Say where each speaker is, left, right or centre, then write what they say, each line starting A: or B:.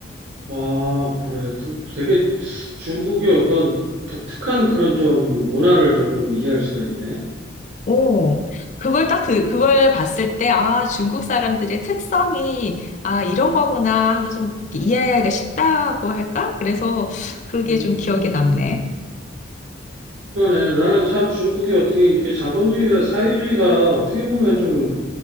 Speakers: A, on the right (about 70°); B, on the left (about 40°).
A: 아, 그래. 두- 되게 중국의 어떤 독특한 그런 좀 문화를 조금 이해할 수가 있네.
B: 오, 그걸 딱 들, 그걸 봤을 때, 아, 중국 사람들의 특성이, 아, 이런 거구나 하고 좀 이해하기가 쉽다고 할까? 그래서 그게
A: 음.
B: 좀 기억에 남네.
A: 그러네. 나는 참 중국이 어떻게 이렇게 자본주의와 사회주의가 어떻게 보면 좀